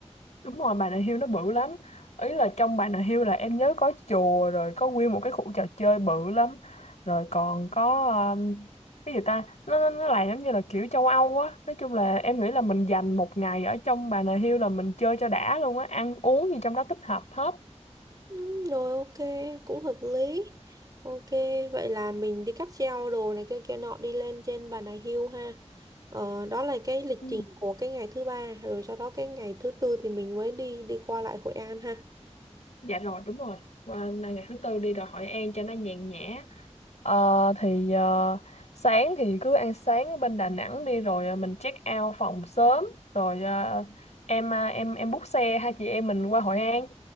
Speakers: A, on the left; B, on the right.
A: Đúng rồi, Bà Nà Hills nó bự lắm. Ý là trong Bà Nà Hills là em nhớ có chùa rồi có nguyên một cái khu trò chơi bự lắm. Rồi còn có um, cái gì ta? Nó nó nó làm giống như là kiểu châu Âu á. Nói chung là em nghĩ là mình dành một ngày ở trong Bà Nà Hills là mình chơi cho đã luôn á, ăn uống gì trong đó tích hợp hết.
B: Ừ, rồi ok, cũng hợp lý. Ok, vậy là mình đi cáp treo đồ này kia kia nọ đi lên trên Bà Nà Hill ha. Ờ, đó là cái lịch
A: Ừ,
B: trình của cái ngày thứ ba rồi sau đó cái ngày thứ tư thì mình mới đi đi qua lại Hội An ha.
A: dạ rồi đúng rồi Và ngày, ngày thứ tư đi rồi Hội An cho nó nhàn nhã Ờ, thì ờ, sáng thì cứ ăn sáng ở bên Đà Nẵng đi rồi ờ, mình check out phòng sớm rồi ờ, em ờ, em em book xe hai chị em mình qua Hội An.